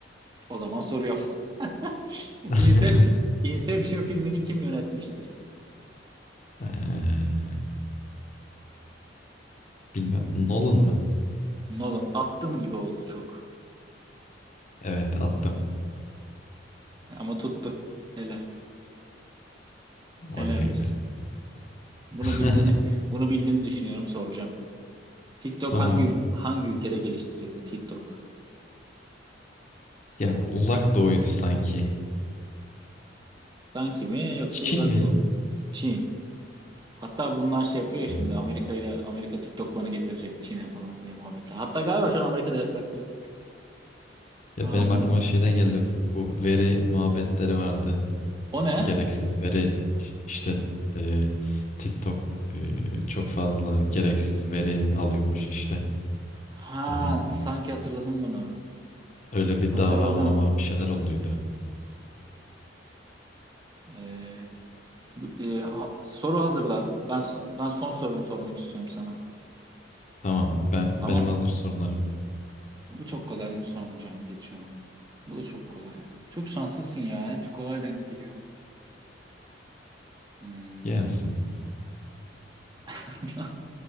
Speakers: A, on the right (about 25°); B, on the left (about 40°).
A: O zaman soruyorum. <laughs>
B: <laughs>
A: Inception, Inception filmini kim yönetmiştir?
B: Ee, bilmem. Nolan mı?
A: Nolan. Attın gibi oldu çok.
B: Evet attım.
A: Ama tuttu. Helal. Helal
B: Oley
A: olsun.
B: be.
A: Bunu
B: <laughs>
A: bildiğini bunu bildiğini düşünüyorum soracağım. TikTok
B: Tamam.
A: hangi ül- hangi ülkede geliştirildi? TikTok.
B: Ya bu uzak doğuydu sanki.
A: Sanki mi yoksa
B: Çin
A: Uzak
B: mi?
A: Doğu mu? Çin. Hatta bunlar şey yapıyor ya şimdi
B: Evet.
A: Amerika ile Amerika TikTok bana getirecek Çin'e falan diye muhabbetle. Hatta galiba şu an Amerika'da yasaklı.
B: Ya
A: Ha
B: benim
A: bu
B: aklıma şeyden geldi bu veri muhabbetleri vardı.
A: o
B: Ge-
A: ne?
B: Gereksiz veri iş- işte e, TikTok e, çok fazla gereksiz veri alıyormuş işte.
A: Ha
B: Hani
A: sanki hatırladım bunu.
B: öyle bir
A: Hatırladım.
B: dava mava bir şeyler olduydu.
A: Ee, bu- e, ha- soru hazırla. Ben so- ben son sorumu sormak istiyorum sana.
B: Tamam ben benim
A: Tamam.
B: hazır sorularım.
A: Bu çok kolay bunu sormayacağım. Geçiyorum. Bu da çok kolay. Çok şanslısın ya. Hep kolay denk geliyor. Hmm.
B: Gelsin.
A: <laughs>